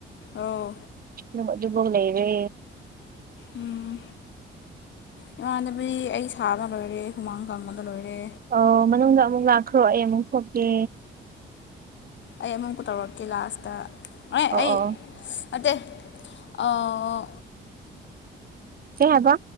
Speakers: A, on the left; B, on the right.
A: ꯑꯧ
B: ꯑꯗꯨꯒ ꯑꯗꯨꯕꯧ ꯂꯩꯔꯦ
A: ꯎꯝ ꯏꯃꯥꯟꯅꯕꯤ ꯑꯩ ꯁꯥꯕ ꯂꯣꯏꯔꯦ ꯍꯨꯃꯥꯡ ꯀꯥꯡꯕꯗ ꯂꯣꯏꯔꯦ
B: ꯑꯣ ꯃꯅꯨꯡꯗ ꯑꯃꯨꯛ ꯂꯥꯛꯈ꯭ꯔꯣ ꯑꯩ ꯑꯃꯨꯛ ꯊꯣꯛꯀꯦ
A: ꯑꯩ ꯑꯃꯨꯛꯀ ꯇꯧꯔꯛꯀꯦ ꯂꯥꯁꯇ ꯑꯦ
B: ꯑꯣ
A: ꯑꯩ
B: ꯑꯣ
A: ꯅꯠꯇꯦ ꯑꯥ
B: ꯀꯩ ꯍꯥꯏꯕ